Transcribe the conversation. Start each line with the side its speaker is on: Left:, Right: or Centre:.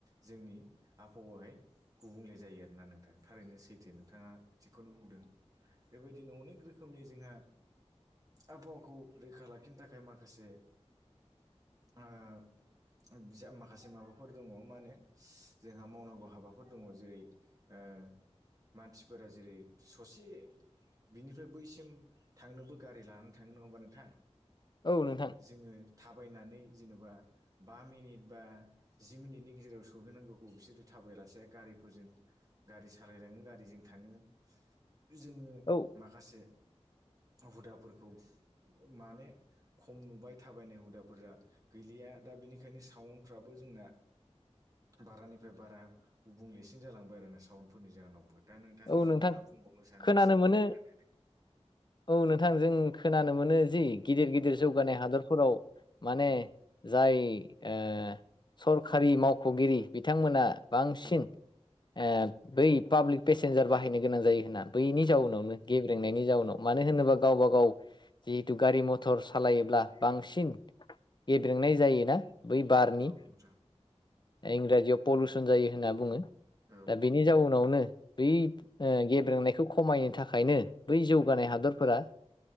Right: जोंनि आबहावाहाय गुबुंले जायो आरोना नोंथाङा थारैनो सैथो नोंथाङा थिगखौनो बुंदों बेबायदिनो अनेक रोखोमनि जोंहा आबहावाखौ रैखा लाखिनो था खाय माखासे ओ माखासे माबाफोर दङ मा होनो जोंहा मावनांगौ हाबाफोर दङ जेरै ओ ओ मानसिफोरा जेरै ससे बिनिफ्राय बैसिम थांनोबो गारि लानानै थाङो नङा होमबा नोंथां?
Left: औ नोंथां
Right: जोङो थाबायनानै जेन'बा बा मिनिट बा जि मिनिटनि गेजेराव सौहैनांगौखौ बिसोरो थाबायलासे गारि फोरजों गारि सालायलाङो गारिजों थाङो। जोङो
Left: औ
Right: माखासे हुदाफोरखौ माने खम नुबाय थाबायनाय हुदाफोरा गैलिया दा बेनिखायनो साउन फ्राबो जोंना बारानिफ्राय बारा गुबुंलेसिन जालांबाय आरोना साउन्डफोरनि जाहोनाव बहुद दा नोंथाङा
Left: औ नोंथां
Right: मा बुंबावनो सानो
Left: खोनानो
Right: एसे
Left: मोनो
Right: फोरमायनानै होदो।
Left: औ नोंथां जों खोनानो मोनो जि गिदिर गिदिर जौगानाय हादरफोराव माने
Right: होदो औ
Left: जाय ओ सरखारि मावख'गिरि बिथांमोना बांसिन
Right: औ
Left: ओ बै पाब्लिक पेसेन्जार बाहायनो गोनां जायो होनना बैनि जाउनावनो गेब्रेंनायनि जाउनाव मानो होनोबा गावबा गाव जिहेतु गारि मथर सालायोब्ला बांसिन गेब्रेंनाय जायोना! बै बारनि
Right: औ नोंथां
Left: इंराजियाव पलुउसन जायो होनना बुङो।
Right: औ
Left: दा बेनि जाउनावनो बै ओ गेब्रेंनायखौ खमायनो थाखायनो बै जौगानाय हादरफोरा